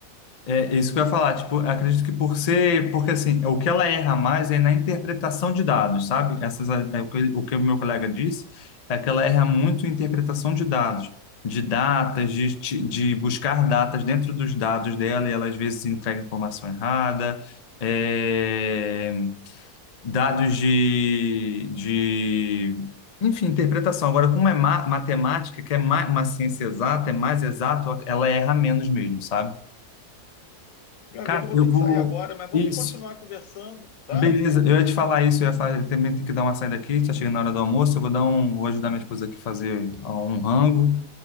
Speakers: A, on the left (about 85°); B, on the left (about 65°).
A: É isso que eu ia falar. Tipo, eu acredito que por ser. Porque, assim, o que ela erra mais é na interpretação de dados, sabe? Essas, é, é o que o que o meu colega disse é que ela erra muito em interpretação de dados. De datas, de, ti- de buscar datas dentro dos dados dela, e ela às vezes entrega informação errada. É,
B: Uhum.
A: dados de, de, enfim, interpretação. Agora, como é ma- matemática, que é ma- uma ciência exata, é mais exato, ela erra menos mesmo, sabe?
B: Meu
A: Cara,
B: amigo, eu vou
A: eu
B: ter
A: vou.
B: que sair agora, mas vamos
A: Isso.
B: continuar conversando, tá?
A: Beleza, eu ia te falar isso, eu ia falar, eu também tenho que dar uma saída aqui, tá chegando na hora do almoço, eu vou dar um, vou ajudar minha esposa aqui a fazer ó, um rango